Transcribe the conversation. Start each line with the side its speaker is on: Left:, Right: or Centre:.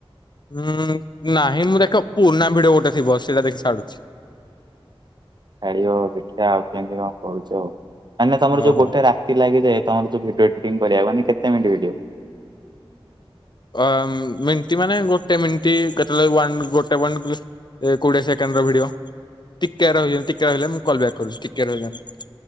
Left: ହୁଁ ନାହିଁ ମୁଁ ଦେଖ ପୁରୁଣା ଭିଡଓ ଗୋଟେ ଥିବ ସେଇଟା ଦେଖି ଛାଡୁଛି।
Right: ଛାଡିବ ଦେଖିବା ଆଉ କେମିତି କଣ କରୁଛ। ମାନେ ତମର
Left: ଓହୋ
Right: ଯୋଉ ଗୋଟେ ରା ତି ଲାଗିଯାଏ ତମର ଯୋଉ ଭିଡିଓ ଏଡିଟିଂ କରିବାକୁ ମାନେ କେତେ ମିନିଟ ଭିଡିଓ?
Left: ଅ ମିଣ୍ଟି ମାନେ ଗୋଟେ ମିନଟି କେତେବେଳେ ୱାନ ଗୋଟେ ପଏଣ୍ଟ ଏ କୋଡିଏ ସେକେଣ୍ଡ ର ଭିଡିଓ। ଟିକେ ରହିବେ ଟିକେ ରହିଲେ। ମୁଁ କଲ ବ୍ୟାକ କରୁଛି। ଟିକେ ରହିଯାନ୍ତୁ।